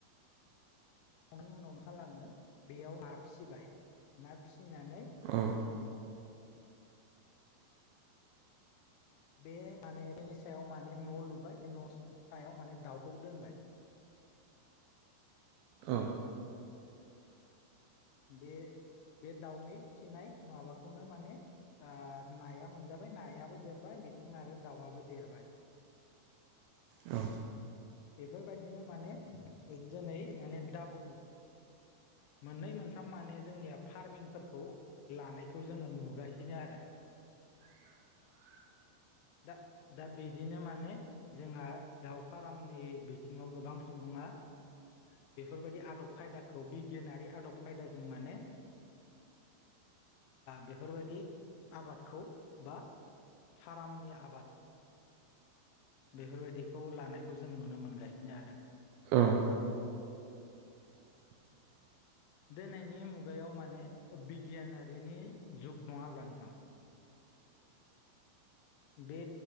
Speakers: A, on the left; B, on the right.
A: संनि उनाव मा खालामो बेयाव ना फिसिबाय ना फिसिनानै
B: औ
A: बे माने बिनि सायाव माने न' लुबाय बे न' सायाव माने दाउखौ दोनबाय
B: औ
A: बे बे दाउनि खिनाय माबाखौनो माने। आ नाया मोनजाबाय नायाबो देरबाय बिथिं आरो दाउआबो देरबाय।
B: औ।
A: बेफोरबादिनो माने ओग दिनै माने दाबोल मोननै मोनथाम माने जोंनिया फार्मिंफोरखौ लानायखौ जोङो नुगासिनो आरो। दा दा बिदिनो माने जोंहा दाउ फारामनि बिथिङाव गोबां सुबुङा बेफोरबायदि आदब खायदाखौ बिगियानारि आदब खायदाजों माने बेफोरबादि आबादखौ बा फार्मनि आबाद बेफोरबादिखौ लानायखौ जों नुनो मोनगासिनो आरो।
B: <inaudible>
A: दिनैनि मुगायाव माने बिगियानारिनि जुग नङा ओमब्ला नोंथां। बे